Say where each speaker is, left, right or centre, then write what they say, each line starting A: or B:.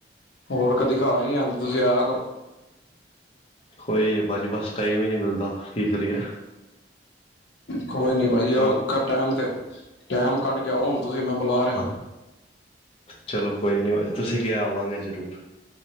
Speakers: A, on the left; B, on the left.
A: ਹੋਰ ਕਦੇ ਘਰ ਹੀ ਨੀ ਆਦੇ ਤੁਸੀਂ ਆ
B: ਕੋਈ ਨੀ ਭਾਜੀ ਬਸ ਟਾਈਮ ਹੀ ਨੀ ਮਿਲਦਾ ਕੀ ਕਰੀਏ।
A: ਕੋਈ ਨੀ ਬਾਜੀ
B: ਕੰਮ
A: ਟਮ ਤੇ ਟੈਮ ਕੱਟ ਕੇ ਆਓ ਹੁਣ ਤੁਸੀਂ ਮੈਂ ਬੁਲਾ ਰਿਹਾ।
B: ਹਾਂ ਚਲੋ ਕੋਈ ਨੀ ਤੁਸੀਂ ਕਿਹਾ ਆਵਾਂਗੇ ਜ਼ਰੂਰ,